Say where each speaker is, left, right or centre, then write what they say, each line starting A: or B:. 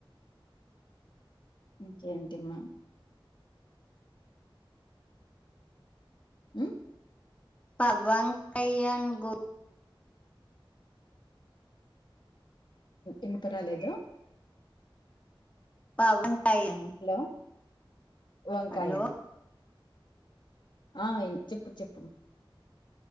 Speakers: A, on the left; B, on the left.
A: ఇంకేంటిమ హు
B: పవన్ కళ్యాణ్ గు
A: ఇనప రాలేదు
B: పవన్ కళ్యాణ్
A: హలో వంకాయ
B: హలో
A: ఆ చెప్పు చెప్పు